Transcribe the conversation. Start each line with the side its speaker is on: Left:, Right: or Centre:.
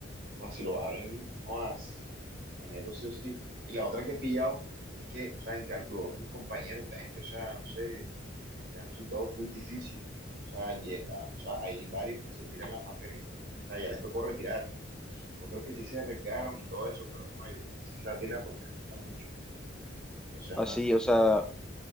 Right: O sea, si lo abren, jodas, me meto sí o sí. Y la otra que he pillado es que, o sea, en cálculo dos mis compañeros, bestia, o sea, no sé, le ha resultado full difícil. O sea, lle- a- o sea, hay varios que se tiran las materias. O sea, ya les tocó retirar. Otros que sí se arriesgaron y todo eso, pero ay, yo creo que sí se la tiran porque les falta mucho. Entonces,
Centre: Así,
Right: ajá,
Centre: o sea,